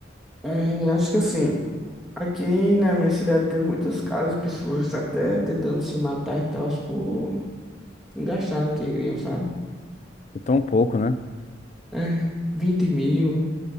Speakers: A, in the centre; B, on the left.
A: É, eu acho que assim, aqui na minha cidade teve muitos casos, pessoas até tentando se matar e tal, por gastar no tigrinho, sabe?
B: Por Tão pouco, né?
A: É, 20 mil,